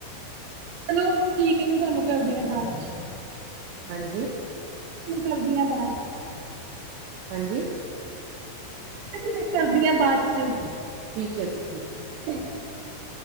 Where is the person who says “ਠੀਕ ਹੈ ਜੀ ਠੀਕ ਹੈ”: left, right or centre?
Right